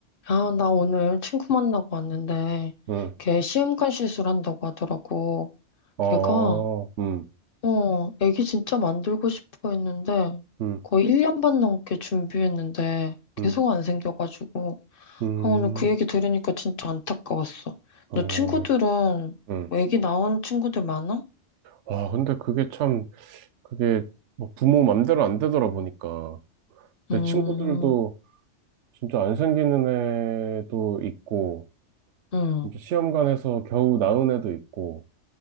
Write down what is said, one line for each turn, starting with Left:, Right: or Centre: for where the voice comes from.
Left: 아, 나 오늘 친구 만나고 왔는데,
Right: 음,
Left: 걔 시험관 시술한다고 하더라고.
Right: 어,
Left: 걔가,
Right: 음,
Left: 어, 애기 진짜 만들고 싶어 했는데,
Right: 음,
Left: 거의 1년 반 넘게 준비했는데, 계속
Right: 음,
Left: 안 생겨가지고,
Right: 음,
Left: 아, 오늘 그 얘기 들으니까 진짜 안타까웠어.
Right: 어,
Left: 너 친구들은,
Right: 음.
Left: 뭐 애기 낳은 친구들 많아?
Right: 와, 근데 그게 참, 그게 뭐 부모 맘대로 안 되더라 보니까. 내
Left: 음,
Right: 친구들도 진짜 안 생기는 애도 있고,
Left: 음.
Right: 이제 시험관에서 겨우 낳은 애도 있고,